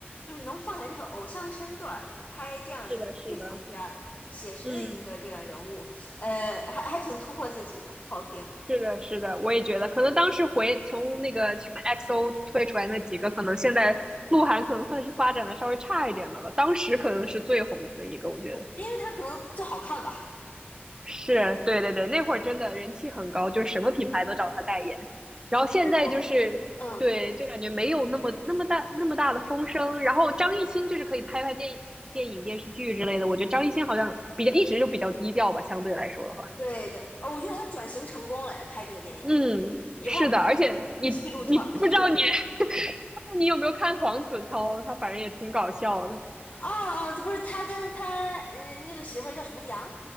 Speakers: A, on the left; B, on the right.
A: 就是能放下这个偶像身段儿，拍这样一个剧情片儿，
B: 是的，是的，
A: 写实的一个这个人物，
B: 嗯，
A: 呃，还还挺突破自己的，好评，
B: 是的，是的，我也觉得，可能当时回从那个什么 XO 推出来那几个，可能现在鹿晗可能算是发展的稍微差一点的了，当时可能是最红的一个，我觉得
A: 因为他可能就好看吧。
B: 是，对对对，那会儿真的人气很高，就是什么品牌都找他代言，然后现在就是对，
A: 因国，嗯，
B: 就感觉没有那么那么大那么大的风声，然后张艺兴就是可以拍拍电影。电影、电视剧之类的，我觉得张艺兴好像比较一直就比较低调吧，相对来说的话。
A: 对对，哦，我觉得他转型成功了，拍这个电影儿
B: 嗯，
A: 以后
B: 是的，而且你你不知道你
A: 戏路团戏路通。
B: <laughs> 不知道你有没有看黄子韬，他反正也挺搞笑的。
A: 哦哦，这不是他跟他嗯、呃那个媳妇儿叫什么杨